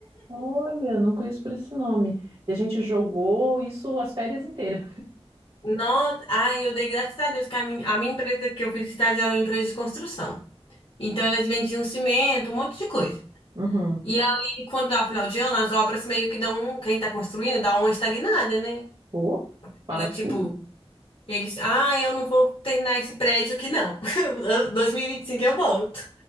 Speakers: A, on the right (about 50°); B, on the left (about 55°).
A: Olha, não conheço por esse nome. E a gente jogou isso as férias inteiras.
B: Nossa, ai, eu dei graças a Deus que a minha, a minha empresa que eu fiz estágio era uma empresa de construção. Então elas vendiam cimento, um monte de coisa.
A: Uhum.
B: E aí, quando dá final de ano, as obras meio que dão, um- quem tá construindo dá uma estagnada, né?
A: Pô,
B: Então
A: para
B: é
A: tudo?
B: tipo, eles, ah, eu não vou terminar esse prédio aqui não. <laughs> Ano 2025 eu volto.